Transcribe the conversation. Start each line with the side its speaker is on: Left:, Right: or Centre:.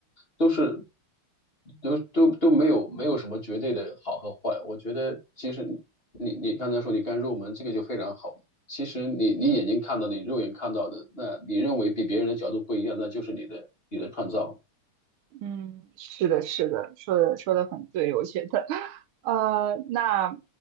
Left: 都是都都都没有没有什么绝对的好和坏。我觉得其实你你刚才说你刚入门这个就非常好，其实你你眼睛看到的，你肉眼看到的，那你认为比别人的角度不一样，那就是你的你的创造。
Right: 嗯，是的，是的，说的说的很对，我觉得，<laughs> 呃，那